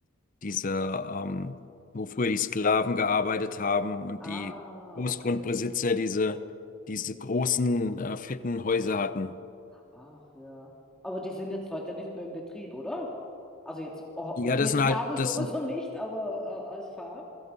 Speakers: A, on the left; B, in the centre.
A: diese, ähm, wo früher die Sklaven gearbeitet haben und
B: Ah,
A: die Großgrundbesitzer
B: okay.
A: diese, diese großen, äh, fetten Häuser hatten.
B: Ach ja. Aber die sind jetzt heute nicht mehr im Betrieb, oder? Also jetzt oh,
A: Ja,
B: mit
A: das sind
B: Sklaven
A: halt, das
B: sowieso
A: sind,
B: nicht, aber äh, als Farm.